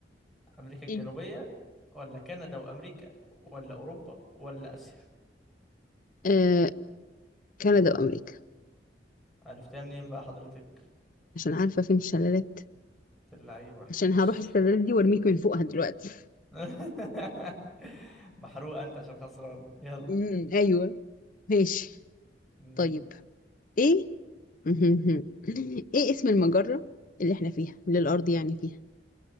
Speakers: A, in the centre; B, on the left.
A: امريكا الجنوبية
B: ايه
A: ولا كندا وامريكا ولا اوروبا ولا اسيا
B: آه، كندا وامريكا
A: عرفتها منين بقى حضرتك
B: عشان عارفه فين الشلالات
A: اللعيبة
B: عشان
A: مش
B: هروح الشلالات دي وارميك من فوقها دلوقتي
A: <laughs> محروق انت عشان خسران يلا
B: امم ايوه ماشي
A: مم.
B: طيب ايه <laughs> ايه اسم المجره اللي احنا فيها اللي الارض يعني فيها